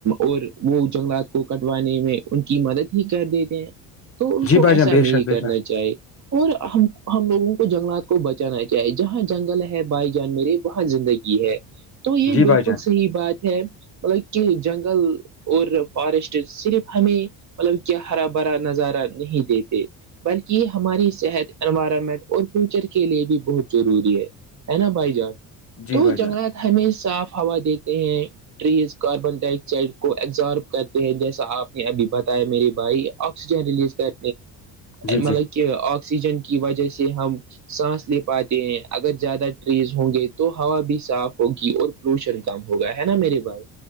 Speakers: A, on the right; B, on the left.
A: اور وہ جنگلات کو کٹوانے میں ان کی مدد ہی کر دیتے ہیں تو ان
B: جی
A: کو
B: بھائی
A: ایسا
B: جان بے
A: نہیں
B: شک بے
A: کرنا
B: شک
A: چاہیے اور ہم ہم لوگوں کو جنگلات کو بچانا چاہیے جہاں جنگل ہے بھائی جانور وہاں زندگی ہے تو یہ
B: جی
A: بالکل
B: بھائی جان
A: صحیح بات ہے مطلب کہ جنگل اور فارسٹ صرف ہمیں مطلب کیا ہرا بھرا نظارہ نہیں دیتے بلکہ یہ ہماری صحت انوائرمنٹ اور فیوچر کے لیے بھی بہت ضروری ہے ہے نا بھائی جان
B: جی
A: تو
B: بھائی
A: جنگلات
B: جان
A: ہمیں صاف ہوا دیتے ہیں ٹریز کاربن ڈائی آکسائڈ کو ایبزارب کرتے ہیں جیسا آپ نے ابھی بتایا میرے بھائی آکسسیجن ریلیز کر
B: جی
A: مطل
B: جی
A: کہ آکسیجن کی وجہ سے ہم سانس لے پاتے ہیں اگر زیادہ ٹریز ہوں گے تو ہوا بھی صاف ہوگی اور پولوشن کم ہوگا ہے نا میرے بائی